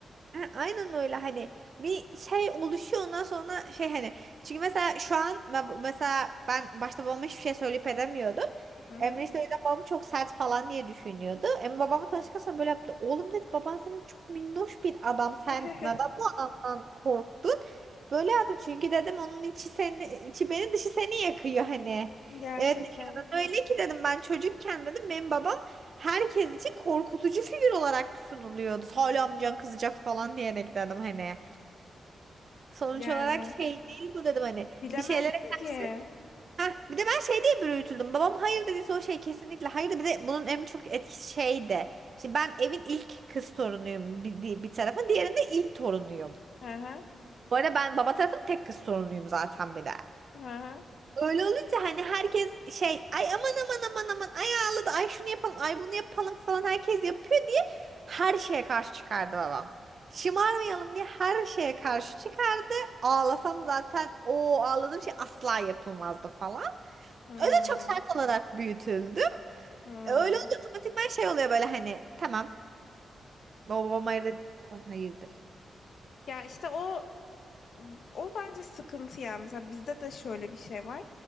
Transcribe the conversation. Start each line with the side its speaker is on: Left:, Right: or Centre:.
Right: Ha, Aynen öyle hani bir şey oluşuyor ondan sonra şey hani çünkü mesela şu an me- mesela ben başta babama hiçbir şey söyleyip edemiyordum.
Left: Hı hı.
Right: Emre işte o yüzden babamı çok sert falan diye düşünüyordu. Emre babamla tanıştıktan sonra böyle yaptı. Oğlum dedi baban senin çok minnoş bir adam.
Left: <laughs>
Right: Sen neden bu adamdan korktun? Böyle yaptım çünkü dedim onun içi seni içi beni dışı seni yakıyor hani.
Left: Gerçekten
Right: Evet dışarıdan öyle ki dedim ben çocukken dedim benim babam herkes için korkutucu figür olarak sunuluyordu. Hala amcan kızacak falan diyerek dedim hani. Sonuç
Left: yani.
Right: olarak şey değil bu dedim hani.
Left: Bilemezsin
Right: Bir şeylere karşı.
Left: ki.
Right: Heh, bir de ben şey diye bir öğütüldüm. Babam hayır dediyse o şey kesinlikle hayır bir de bunun en çok etkisi şey de. Şimdi ben evin ilk kız torunuyum bir, bir tarafın. Diğerinde ilk torunuyum.
Left: Hı hı.
Right: Bu arada ben baba tarafın tek kız torunuyum zaten bir de.
Left: Hı hı.
Right: Öyle olunca hani herkes şey ay aman aman aman aman ay ağladı ay şunu yapalım ay bunu yapalım falan herkes yapıyor diye her şeye karşı çıkardı babam. Şımarmayalım diye her şeye karşı çıkardı. Ağlasam zaten o ağladığım şey asla yapılmazdı falan.
Left: Hmm,
Right: Öyle çok sert olarak büyütüldü.
Left: hmm.
Right: E, Öyle olunca otomatikman şey oluyor böyle hani tamam babam hayır dediysem hayırdır
Left: Ya işte o o bence sıkıntı yani. Mesela bizde de şöyle bir şey var.